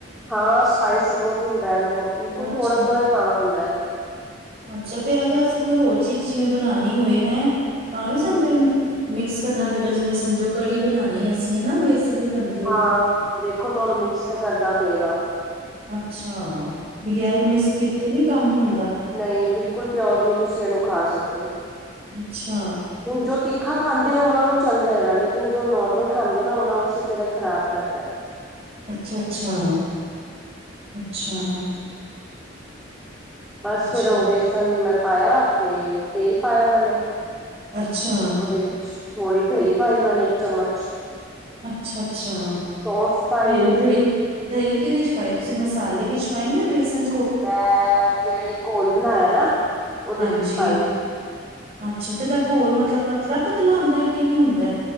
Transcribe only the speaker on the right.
ਅੱਛਾ
ਅੱਛਾ ਫੇਰ ਅਗਰ ਅਸੀਂ ਕੋਈ ਹੋਰ ਚੀਜ਼ ਜਿਵੇਂ ਬਣਾਣੀ ਹੋਏ ਹੈ ਤਾਂ ਵੀ ਸਾਨੂੰ
ਫਿਰ ਮਿਕਸ ਕਰਨਾ ਪਏਗਾ ਜਿਵੇਂ ਸਮਝੋ ਕੜੀ ਬਣਾਣੀ ਅਸੀਂ ਹਨਾ ਵੇਸਣ ਦੀ ਬਣ
ਅੱਛਾ ਬਗੈਰ ਮਿਕਸ ਕੀਤੇ ਨੀ ਕੰਮ ਹੁੰਦਾ।
ਅੱਛਾ।
ਅੱਛਾ-ਅੱਛਾ, ਅੱਛਾ।
ਅੱਛਾ
ਅੱਛਾ
ਅੱਛਾ-ਅੱਛਾ
ਤੇ
ਦਈ ਦਈ ਕਿਦੇ 'ਚ ਪਾਈ ਤੁਸੀਂ ਮਸਾਲੇ ਵਿੱਚ ਪਾਏ ਜਾਂ ਬੇਸਨ
ਹਾਂਜੀ
ਅੱਛਾ ਤੇ ਇਦਾ ਘੋਲ ਮਤਲਬ ਪਤਲਾ-ਪਤਲਾ ਹੁੰਦਾ ਹੈ ਕਿਵੇਂ ਹੁੰਦਾ।